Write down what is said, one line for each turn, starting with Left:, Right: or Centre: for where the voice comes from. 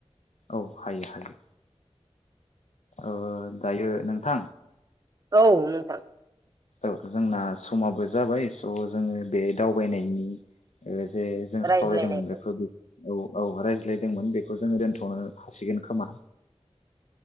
Left: औ हायो हायो ओ दायो नोंथां।
Right: औ नोंथां।
Left: औ जोंना समाबो जाबाय स जोङो बे दावबायनायनि ओ। जे जों
Right: रायज्लायनायखौ
Left: सावरायदोंमोन बेखौ बे। औ औ रायज्लायदोंमोन बेखौ जोङो दोनथनो हासिगोन खोमा।